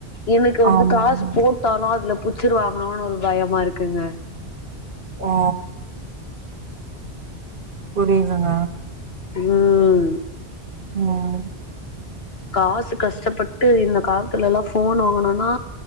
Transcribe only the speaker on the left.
எனக்கு வந்து
காசு போட்டாலு அதுல புச்சுரு வாங்களோனு ஒரு பயமா இருக்குங்க
உஹம்
காசு கஷ்டப்பட்டு இந்த காலத்துல எல்லா போன் வாங்கனுனா